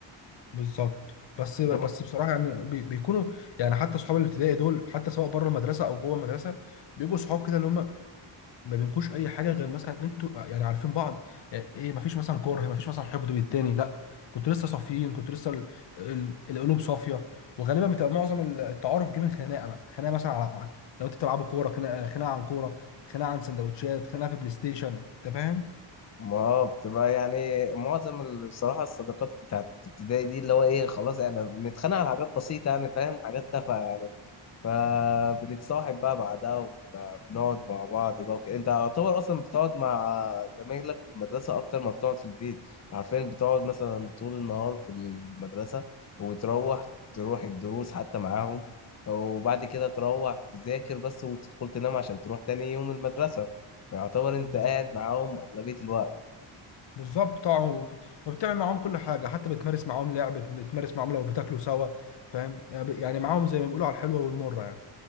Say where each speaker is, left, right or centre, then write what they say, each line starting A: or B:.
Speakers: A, on the left; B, on the left.
A: بالظبط بس بس
B: بتبقى-
A: بصراحه يعني بي- بيكونوا يعني حتى صحاب الابتدائي دول حتى سواء بره المدرسه او جوه المدرسه بيبقوا صحاب كده اللي هم ما بينكوش اي حاجه غير مثلا إن انتوا يعني عارفين بعض يعني ايه ما فيش مثلا كره ما فيش مثلا حقد بالتاني لا كنت لسه صافيين كنت لسه ال- ال- القلوب صافيه وغالبا بتبقى معظم ال- التعارف جه من خناقه بقى خناقه مثلا على لو انتوا بتلعبوا كوره خناقه خناقه عن كوره خناقه عن سندوتشات خناقه في بلاي ستيشن انت فاهم؟
B: ما آه، بتبقى يعني معظم ال- بصراحة الصداقات بتاعت ابتدائي دي اللي هو ايه خلاص احنا بنتخانق على حاجات بسيطة يعني فاهم حاجات تافهة يعني. فبنتصاحب بقى بعدها وبنقعد مع بعض بقى وكده انت يعتبر اصلا بتقعد مع زمايلك في المدرسه اكتر ما بتقعد في البيت عارفين بتقعد مثلا طول النهار في المدرسه وتروح تروح الدروس حتى معاهم وبعد كده تروح تذاكر بس وتدخل تنام عشان تروح تاني يوم المدرسه فيعتبر انت
A: بالظبط
B: قاعد معاهم اغلبيه الوقت
A: بالظبط طبعا وب- وبتعمل معاهم كل حاجه حتى بتمارس معاهم لعب بت- بتمارس معاهم لو بتاكلوا سوا فاهم يعني معاهم زي ما بيقولوا على الحلوه والمره يعني